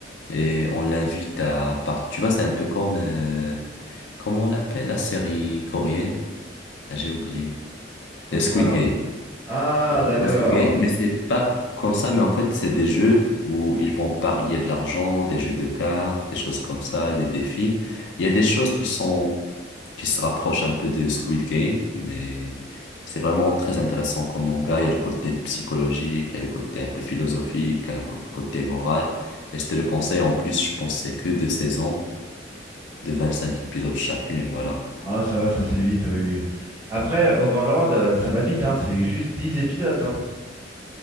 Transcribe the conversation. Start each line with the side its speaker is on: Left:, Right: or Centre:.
Left: et on l'invite à part. Tu vois, c'est un peu comme, euh, comment on l'appelle la série coréenne? Ah, j'ai oublié.
Right: Enfin,
Left: Euh,
Right: c'est
Left: Squid
Right: pas grave.
Left: Game.
Right: Ah,
Left: Euh,
Right: d'accord.
Left: ouais, Squid Game, mais c'est pas comme ça, mais en fait, c'est des jeux où ils vont parier de l'argent, des jeux de cartes, des choses comme ça, des défis. Il y a des choses qui sont, qui se rapprochent un peu de Squid Game, mais c'est vraiment très intéressant comme manga. Il y a le côté psychologique, il y a le côté un peu philosophique, un co- côté moral. Et je te le conseille en plus, je pense que c'est que deux saisons. de 25 épisodes chacune, et voilà.
Right: Ah, ça va, ça se fait vite, oui, oui. Après, Overlord, euh, ça va vite, hein. C'est juste 10 épisodes, hein.